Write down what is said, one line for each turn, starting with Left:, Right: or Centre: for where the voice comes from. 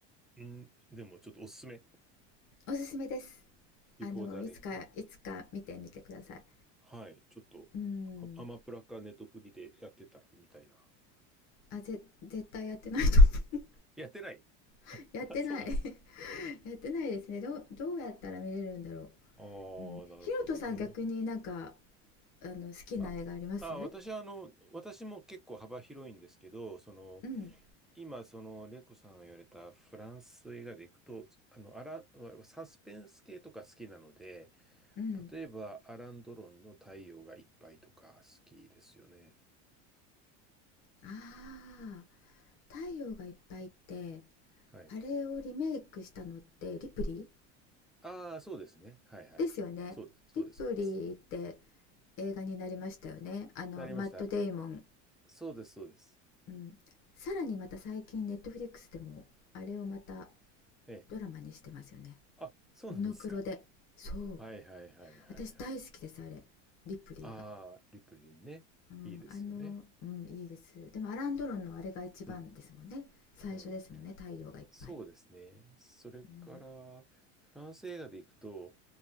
Centre: うん、でもちょっとおすすめ。
Left: <laughs> おすすめです
Centre: Before
Left: あのいつかいつか見てみてください
Centre: the Rain ね。はい、ちょっと、
Left: うーん
Centre: アアマプラかネットフリでやってたらみたいな。
Left: あぜ絶対やってないと思う
Centre: やってない
Left: <laughs> やってない
Centre: あそうなんですか。
Left: <laughs> やってないですねどうどうやったら見れるんだろ
Centre: あ
Left: う、うん、
Centre: あ、なるほどね。
Left: ひろとさん逆になんかあの好きな映画あります
Centre: あ、あ、私はあの、私も結構幅広いんですけど、その、
Left: うん
Centre: 今、その、レイコさんが言われたフランス映画でいくと、あの、アラン、サスペンス系とか好きなので、
Left: うん
Centre: 例えば、アラン・ドロンの太陽がいっぱいとか好きですよね。
Left: ああ太陽がいっぱいって
Centre: はい。
Left: あれをリメイクしたのってリプリ
Centre: ああ、そうですね。はいはい。
Left: ーですよね。
Centre: そうです、そうです、
Left: リプリーって
Centre: そうです。
Left: 映画になりましたよね。あの、
Centre: なりました。
Left: マット・デイモン。
Centre: そうです、そうです。
Left: うん。さらにまた最近ネットフリックスでもあれをまた
Centre: ええ。
Left: ドラマにしてますよね。
Centre: あ、そうなんですか。
Left: モノクロで。そう。
Centre: はいはいはいはいはい。
Left: 私大好きです、あれ。リプリーが。
Centre: ああ、リプレイね。
Left: うん、
Centre: いいですよね。
Left: あの、うん、いいです。でもアランドロンのあれが一番ですもんね。
Centre: うん、
Left: 最初ですもんね、
Centre: うん。
Left: 太陽がいっぱい。
Centre: そうですね。それから、
Left: うん、
Centre: フランス映画でいくと、